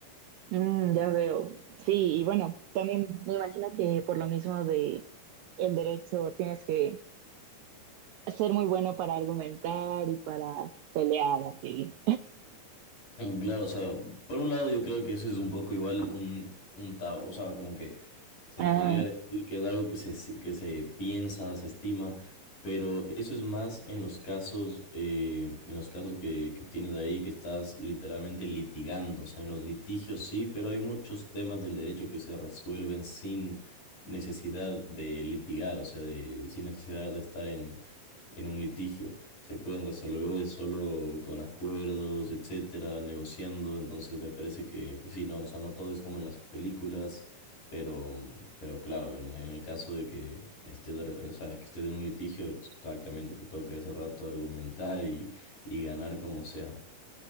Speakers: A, on the right; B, on the left.
A: Mm, ya veo. Sí, y bueno, también me imagino que por lo mismo de el derecho tienes que ser muy bueno para argumentar y para pelear, así.
B: Mm, Claro, o sea, por un lado yo creo que eso es un poco igual un, un tabú, o sea, como que se
A: Ah,
B: podría decir que es algo que se, si- que se piensa, se estima, pero eso es más en los casos, eh, en los casos que, que tienes ahí, que estás literalmente litigando, o sea, en los litigios sí, pero hay muchos temas del derecho que se resuelven sin necesidad de litigar, o sea, de, sin necesidad de estar en, en un litigio se pueden resolver solo con acuerdos, etcétera, negociando. Entonces me parece que, que sí, no, o sea, no todo es como en las películas, pero, mm, pero claro, en, en el caso de que estés, ar- o sea, que estés en un litigio, exactamente te toca ese rato argumentar y, y ganar como sea.